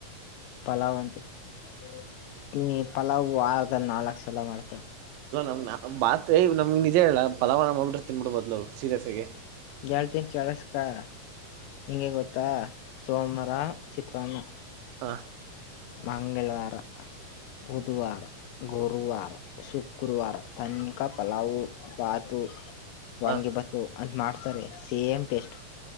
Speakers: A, on the left; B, on the right.
A: ಪಲ್ಲವಂತೆ <unintelligible> ಪಲಾವವು ವಾರದಲ್ಲಿ ನಾಲ್ಕು ಸಲ ಮಾಡ್ತವೆ.
B: ಅಲ್ಲ ನಮ <unintelligible> ನಮ್ ಬಾತೆ ನಿ ನಿಜೇ ಹೇಳಲ್ಲ ಫಲ್ಲವಾನ ಮಾದ್ಬಿಟ್ರೆ ತಿನ್ನುಬುಡಬಹುಲೋ ಸೀರಿಯಸ್ ಆಗಿ.
A: ಎಳ್ತನ್ ಕೇಳಸ್ಕ. ಹೆಂಗೆ ಗೊತ್ತಾ ಸೋಮವಾರ ಚಿತ್ರಾನ್ನ.
B: ಹಾ
A: ಮಂಗಳವಾರ ಬುಧವಾರ ಗುರುವಾರ ಶುಕ್ರವಾರ ತನಕ ಪಲಾವು ಬಾತು ವಾಂಗಿ
B: ಹ
A: ಭಾತು ಅಂತ್ ಮಾಡ್ತಾರೆ ಸೇಮ್ ಟೇಸ್ಟ್.